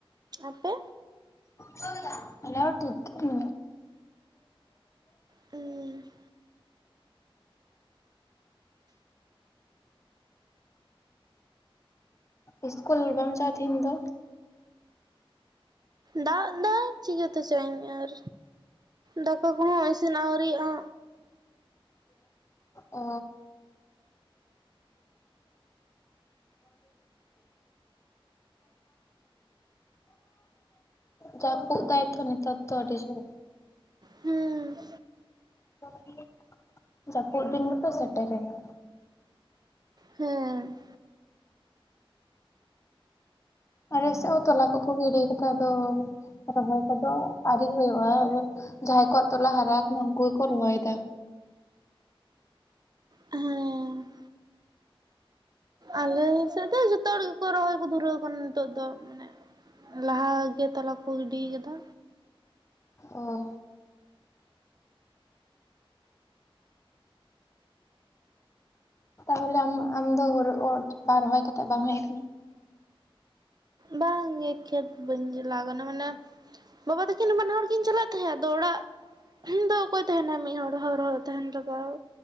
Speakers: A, on the right; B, on the left.
A: ᱟᱯᱮ
B: ᱥ ᱫ <unintelligible> ᱟᱞᱮ ᱦᱚ ᱴᱷᱤᱠ ᱜᱮ
A: ᱦᱩᱸ
B: ᱤᱥᱠᱩᱞ ᱵᱟᱢ ᱪᱟᱞᱟᱜ ᱟ ᱛᱮᱦᱮᱧ ᱫᱚ
A: ᱫᱟᱜ ᱫᱟᱭ ᱪᱤᱠᱟᱹᱛᱮ ᱪᱟᱜ ᱤᱞ ᱟᱨ ᱫᱟᱠᱟ ᱾ᱠᱚᱦᱚᱸ ᱤᱥᱤᱱ ᱟᱹᱣᱨᱤᱤᱭᱜᱼᱟ᱾
B: ᱚ ᱡᱟᱯᱩᱫ ᱮᱫᱟᱭ ᱛᱚ ᱱᱮᱛᱟᱨ ᱫᱚ ᱟᱹᱰᱤ ᱡᱳᱨ᱾
A: ᱦᱩᱸ
B: <unintelligible> ᱡᱟᱹᱯᱩᱫ ᱫᱤᱱ ᱜᱮᱛᱚ ᱥᱮᱴᱮᱨᱮᱱᱟ᱾
A: ᱦᱮᱸ
B: ᱟᱞᱮ ᱥᱮᱫ ᱦᱚᱸ ᱛᱚᱞᱟ ᱠᱚ-ᱠᱚ ᱜᱤᱰᱤ ᱠᱟᱫᱟ ᱟᱫᱚ ᱨᱚᱦᱚᱭ ᱠᱚᱫᱚ ᱟᱣᱨᱤ ᱦᱩᱭᱩᱜᱼᱟ᱾ ᱟᱫᱚ ᱡᱟᱦᱟᱸᱭ ᱠᱚ ᱟᱜ ᱛᱚᱞᱟ ᱦᱟᱨᱟ ᱟᱠᱟᱱᱟ ᱩᱱᱠᱩ ᱜᱮᱠᱚ ᱨᱚᱦᱚᱭᱮᱫᱟ᱾
A: ᱦᱮᱸ ᱟᱞᱮ ᱥᱮᱫ ᱫᱚ ᱡᱚᱛᱚ ᱦᱚᱲ ᱜᱮᱠᱚ ᱨᱚᱦᱚᱭ ᱠᱚ ᱫᱷᱽᱩᱨᱟᱹᱣ ᱠᱟᱱᱟ᱾ ᱱᱤᱛᱚᱜ ᱫᱚ ᱢᱟᱱᱮ ᱞᱟᱦᱟ ᱜᱮ ᱛᱳᱞᱟ ᱠᱚ ᱜᱤᱰᱤ ᱟᱠᱟᱫᱟ᱾
B: ᱚ ᱛᱟᱦᱚᱞᱮ ᱟᱢ ᱟᱢᱫᱚ ᱵᱟᱝ ᱨᱚᱦᱚᱭ ᱠᱟᱛᱮ ᱵᱟᱢ ᱦᱮᱡ ᱟᱠᱟᱱᱟ?
A: ᱵᱟᱝᱜᱮ ᱠᱷᱮᱛ ᱵᱟᱹᱧ ᱪᱟᱞᱟᱣ ᱠᱟᱱᱟ᱾ ᱢᱟᱱᱮ ᱵᱟᱵᱟ ᱛᱟᱹᱠᱤᱱ ᱵᱟᱱᱟ ᱦᱚᱲ ᱠᱤᱱ ᱪᱟᱞᱟᱜ ᱛᱟᱦᱮᱸᱫ, ᱟᱫᱚ ᱚᱲᱟᱜ ᱫᱚ ᱚᱠᱚᱭ ᱛᱟᱦᱮᱱᱟ ᱢᱤᱫ ᱦᱚᱲᱚᱲ ᱦᱚᱨ ᱦᱚᱨ ᱛᱟᱦᱮᱱ ᱞᱟᱜᱟᱼᱜ